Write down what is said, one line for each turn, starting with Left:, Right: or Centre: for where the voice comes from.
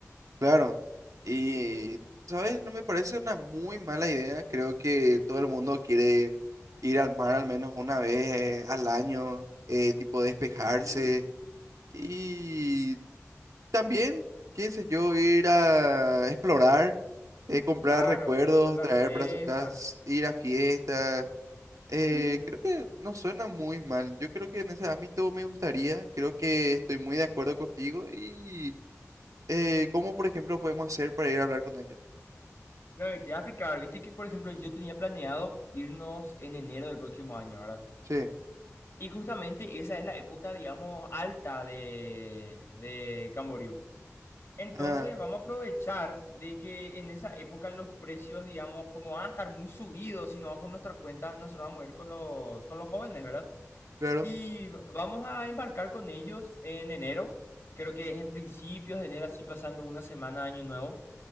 Right: claro. Y, ¿sabes? No me parece una muy mala idea. Creo que todo el mundo quiere ir al mar al menos una vez eh, al año, eh, tipo despejarse.
Left: Sí,
Right: Y también, qué sé yo, ir a explorar, eh, comprar
Left: Claro,
Right: recuerdos,
Left: conocer la
Right: traer
Left: fiesta,
Right: para su casa, ir a fiestas. Eh,
Left: sí.
Right: creo que no suena muy mal. Yo creo que en ese ámbito me gustaría, creo que estoy muy de acuerdo contigo y eh, cómo, por ejemplo, podemos hacer para ir a hablar con ellos.
Left: No, y te voy a explicar, viste que por ejemplo yo tenía planeado irnos en enero del próximo año, ¿verdad?
Right: Sí,
Left: Y justamente esa es la época, digamos, alta de, de Camboriú. Entonces
Right: ah,
Left: vamos a aprovechar de que en esa época los precios, digamos, como van a estar muy subidos, si no vamos por nuestra cuenta, nosotros vamos a ir con los, con los jóvenes, ¿verdad?
Right: claro.
Left: Y v- vamos a embarcar con ellos en enero, creo que es en principios de enero, así pasando una semana de año nuevo.